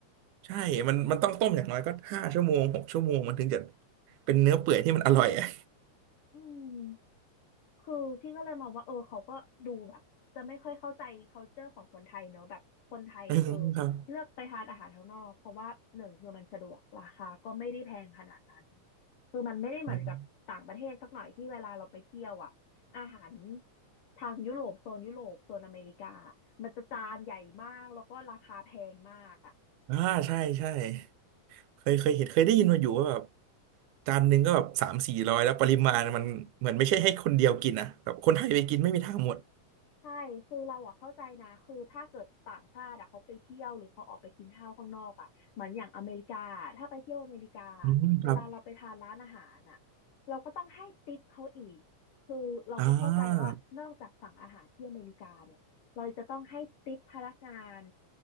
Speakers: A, on the right; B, on the left.
A: ใช่มันมันต้องต้มอย่างน้อยก็ห้าชั่วโมงหกชั่วโมงมันถึงจะเป็นเนื้อเปื่อยที่มันอร่อยอะ
B: อืม คือพี่ก็เลยมองว่าเออเขาก็ดูแบบจะไม่ค่อยเข้าใจ culture ของคนไทยเนอะแบบคนไทยคือ
A: <laughs> อืมครับ
B: เลือกไปทานอาหารข้างนอกเพราะว่าหนึ่งคือมันสะดวกราคาก็ไม่ได้แพงขนาดนั้นคือมันไม่ได้เหมือนกับต่างประเทศสักหน่อยที่เวลาเราไปเที่ยวอ่ะอาหาร
A: อืม
B: ทางยุโรปโซนยุโรปโซนอเมริกามันจะจานใหญ่มากแล้วก็ราคาแพงมากอ่ะ
A: อ่าใช่ใช่เคยเคยเห็นเคยได้ยินมาอยู่ว่าแบบจานหนึ่งก็แบบสามสี่ร้อยแล้วปริมาณมันเหมือนไม่ใช่ให้คนเดียวกินอ่ะแบบคนไทยไปกินไม่มีทางหมด
B: ใช่คือเราอะเข้าใจนะคือถ้าเกิดต่างชาติอะเขาไปเที่ยวหรือเขาออกไปกินข้าวข้างนอกอะเหมือนอย่างอเมริกาถ้าไปเที่ยวอเมริกา
A: อืมครับ
B: เวลาเราไปทานร้านอาหารอะเราก็ต้องให้ทิปเขาอีกคือเราก็เข้าใจว่านอกจากสั่งอาหารที่อเมริกาเนี่ยเราจะต้องให้ทิปพนักงาน
A: อ่า